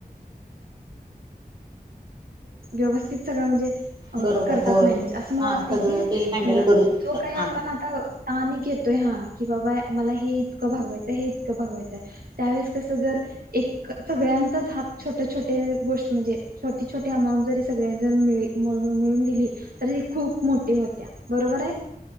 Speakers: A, on the right; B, on the right.
A: म तिथर म्हणजे
B: बरोबर
A: करतात
B: होय
A: मॅनेज असं मला
B: हा
A: वाटत
B: सगळं
A: की
B: ते हँडल
A: जो
B: करू शकतात
A: काही
B: हा
A: आपण आता ताने घेतोय हा की बाबा मला हे इतकं बगवायचंय हे इतकं बगवायचंय त्यावेेळेस कसं जर एक सगळ्यांचाच हात छोट छोट गोष्ट म्हणजे छोटी छोटी अमाऊंट जरी स मिळून दिली तर खूप मोठी होत्या बरोबर आहे